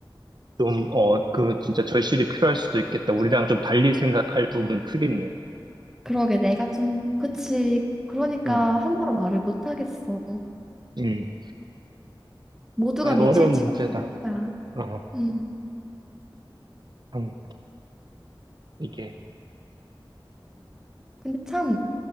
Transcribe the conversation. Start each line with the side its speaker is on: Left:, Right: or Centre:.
Right: 좀, 어, 그 진짜 절실히 필요할 수도 있겠다. 우리랑 좀 달리 생각할 부분 크겠네.
Centre: 그러게 내가 좀 그치 그러니까
Right: 음,
Centre: 함부로 말을 못 하겠어
Right: 음.
Centre: 모두가
Right: 아, 이거
Centre: 미칠
Right: 어려운
Centre: 지경인
Right: 문제다.
Centre: 거야
Right: 어,
Centre: 음
Right: 참, 이게.
Centre: 근데 참